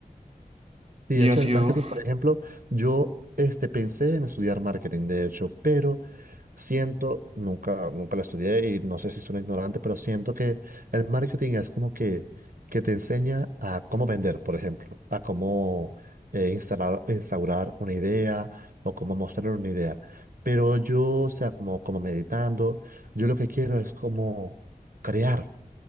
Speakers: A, on the right (about 65°); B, on the right (about 40°).
A: Y
B: Y
A: eso
B: ha sido
A: del marketing, por ejemplo, yo este, pensé en estudiar marketing, de hecho, pero siento, nunca, nunca lo estudié y no sé si soy ignorante, pero siento que el marketing es como que, que te enseña a cómo vender, por ejemplo, a cómo eh, instalar, instaurar una idea o cómo mostrar una idea. Pero yo, o sea, como, como meditando, yo lo que quiero es como crear.